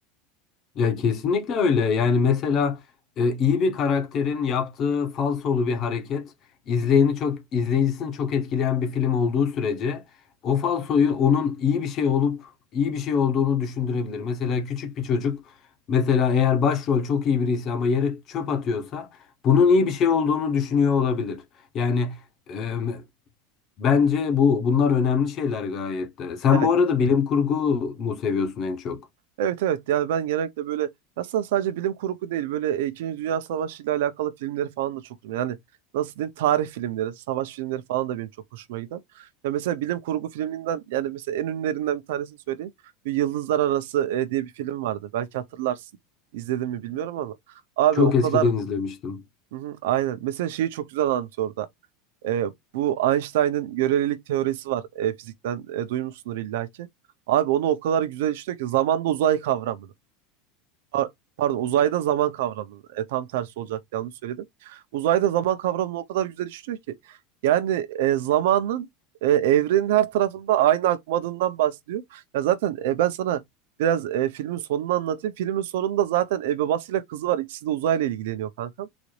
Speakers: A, on the left; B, on the right.
A: Ya kesinlikle öyle. Yani mesela e, iyi bir karakterin yaptığı falsolu bir hareket izleyeni çok izleyicisini çok etkileyen bir film olduğu sürece o falsoyu onun iyi bir şey olup iyi bir şey olduğunu düşündürebilir. Mesela küçük bir çocuk mesela eğer başrol çok iyi birisi ama yere çöp atıyorsa bunun iyi bir şey olduğunu düşünüyor olabilir. Yani e, bence bu bunlar önemli şeyler gayet de. Sen
B: Ya
A: bu arada bilim kurgu mu seviyorsun en çok?
B: Evet evet yani ben genellikle böyle aslında sadece bilim kurgu değil böyle e, İkinci Dünya Savaşı ile alakalı filmleri falan da çok yani nasıl diyeyim tarih filmleri, savaş filmleri falan da benim çok hoşuma gider. Ya mesela bilim kurgu filminden yani mesela en ünlülerinden bir tanesini söyleyeyim. Bir Yıldızlar Arası e, diye bir film vardı. Belki hatırlarsın. İzledin mi bilmiyorum ama abi
A: Çok
B: o
A: eskiden
B: kadar
A: izlemiştim.
B: Hı hı, aynen. Mesela şeyi çok güzel anlatıyor orada. E, bu Einstein'ın görelilik teorisi var. E, fizikten e, duymuşsundur illaki. Abi onu o kadar güzel işliyor ki zamanda uzay kavramını. Pa- Pardon, uzayda zaman kavramını. E, tam tersi olacak yanlış söyledim. Uzayda zaman kavramını o kadar güzel işliyor ki. Yani e, zamanın e, evrenin her tarafında aynı akmadığından bahsediyor. Ya zaten e, ben sana biraz e, filmin sonunu anlatayım. Filmin sonunda zaten e, babasıyla kızı var. İkisi de uzayla ilgileniyor kanka.